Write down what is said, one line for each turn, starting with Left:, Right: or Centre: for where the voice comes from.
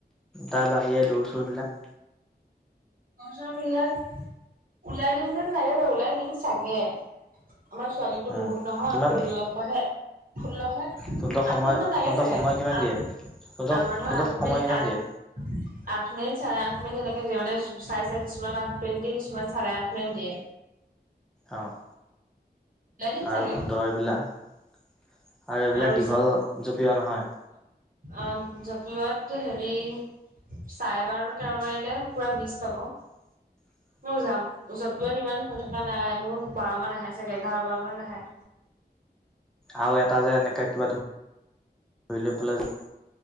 Centre: তাৰ বাহিৰে, দৌৰ চৌৰ বিলাক?
Right: ঘৰ চৰ পিলাক ওলাই দিম যেন লাগে বাৰু, ওলাই দিম চাগে? আমাৰ ছোৱালী। তো
Centre: উম
Right: বহুত নহয়,
Centre: কিমান
Right: ষোল্লশহে-ষোল্লশ।
Centre: তহঁতৰ সময়
Right: আঠ মিনিট মান লাগে
Centre: তহঁতৰ
Right: চাগে,
Centre: সময় কিমান
Right: আঠ
Centre: দিয়ে তহঁতৰ
Right: আমাৰ ধৰ
Centre: তহঁতৰ
Right: আঠ
Centre: সময়
Right: মি-আঠ।
Centre: কিমান দিয়ে
Right: আঠ মে' চ কি তেনেকে দিয়ে মানে চাই-চাই কিছুমান আঠ মেন দিয়ে কিছুমান চাৰে আঠ মেন দিয়ে।
Centre: অ',
Right: ওলাই দিম
Centre: আৰু
Right: চাগে
Centre: তুহন্তৰ এইবিলাক? আৰু এইবিলাক,
Right: আৰু
Centre: দীঘল জপিওৱা নহয়।
Right: অহ' জাকিততো হেৰি। চাৰে বাৰ তেৰ মাৰিলে পুৰা বিশ পাব।
Centre: <unintelligible>
Right: মোৰ যাম, যত পোৱাত ইমান হৈ থকা নাই। মোৰ বাৰ মান আহে চাগে, এঘাৰ। বাৰমান নাহে।
Centre: আৰু এটা যে এনেকে কিবা, ধ-ধৰি লৈ পেলাই যে?